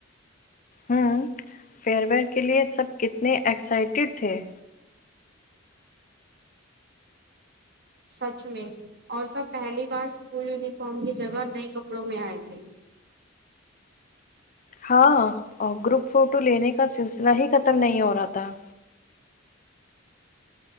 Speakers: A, on the left (about 40°); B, on the right (about 55°).
A: ہوں فیئر ویئر کے لیے سب کتنے ایکسائٹیڈ تھے
B: سچ میں اور سب پہلی بار اسکول یونیفارم کی جگہ نئے کپڑوں میں آئے تھے
A: ہاں اور گروپ فوٹو لینے کا سلسلہ ہی ختم نہیں ہو رہا تھا